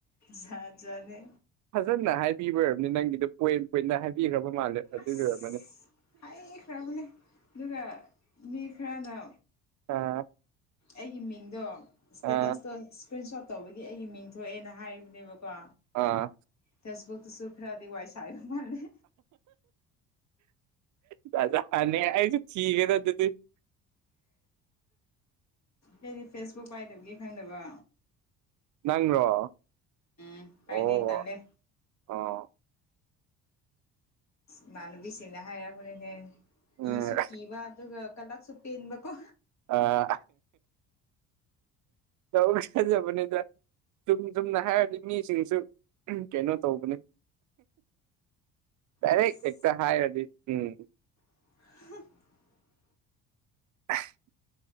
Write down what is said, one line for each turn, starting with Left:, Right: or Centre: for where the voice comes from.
Left: ꯖꯥꯠ ꯖꯥꯠꯅꯦ
Right: ꯐꯖꯅ ꯍꯥꯏꯕꯤꯕ ꯑꯣꯏꯔꯝꯅꯤ ꯅꯪꯒꯤꯗꯣ ꯄꯣꯏꯟ ꯄꯣꯏꯟꯗ ꯍꯥꯏꯕꯤꯈ꯭ꯔꯕ ꯃꯥꯜꯂꯦ ꯑꯗꯨꯒꯤ
Left: ꯑꯁ
Right: ꯑꯣꯏꯔꯝꯃꯅꯤ
Left: ꯍꯩꯈ꯭ꯔꯕꯅꯦ ꯑꯗꯨꯒ ꯃꯤ ꯈꯔꯅ
Right: ꯑꯥ
Left: ꯑꯩꯒꯤ ꯃꯤꯡꯗꯣ ꯏꯁꯇꯦꯇꯁꯇꯣ
Right: ꯑꯥ
Left: ꯏꯁꯀ꯭ꯔꯤꯟ ꯁꯣꯠ ꯇꯧꯕꯒꯤ ꯑꯩꯒꯤ ꯃꯤꯡ ꯊꯣꯛꯑꯦꯅ ꯍꯥꯏꯕꯅꯦꯕꯀꯣ
Right: ꯑꯥ
Left: ꯐꯦꯁꯕꯨꯛꯇꯁꯨ ꯈꯔꯗꯤ ꯋꯥꯏ ꯁꯥꯥꯏꯕ ꯃꯥꯜꯂꯦ
Right: ꯗꯁꯥꯅꯦ ꯑꯩꯁꯨ ꯊꯤꯒꯦꯗ ꯑꯗꯨꯗꯤ
Left: ꯑꯩꯗꯤ ꯐꯦꯁꯕꯨꯛ ꯄꯥꯏꯗꯕꯒꯤ ꯈꯪꯗꯕ
Right: ꯅꯪꯔꯣ
Left: ꯎꯝ ꯄꯥꯏꯗꯦ
Right: ꯑꯣ
Left: ꯇꯜꯂꯦ
Right: ꯑꯣ
Left: ꯏꯃꯥꯟꯅꯕꯤꯁꯤꯡꯅ ꯍꯥꯏꯔꯛꯄꯅꯤꯅꯦ ꯀꯤꯁꯨ
Right: ꯎꯝ
Left: ꯀꯤꯕ ꯑꯗꯨꯒ ꯀꯂꯛꯁꯨ ꯄꯦꯟꯕꯀꯣ
Right: ꯑꯥ ꯇꯧ <unintelligible> ꯆꯨꯝ ꯆꯨꯝꯅ ꯍꯥꯏꯔꯗꯤ ꯃꯤꯁꯤꯡꯁꯨ ꯀꯩꯅꯣ ꯇꯧꯕꯅꯦ ꯗꯥꯏꯔꯦꯛ
Left: ꯑꯁ
Right: ꯍꯦꯛꯇ ꯍꯥꯏꯔꯗꯤ ꯎꯝ
Left: <unintelligible>
Right: <unintelligible>